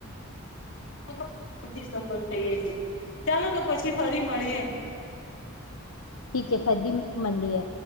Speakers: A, on the left; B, on the left.
A: <inaudible> સફળ થઈએ છે. ચાલો તો પછી ફરી મળીએ.
B: ઠીકે ફડી મલીએ.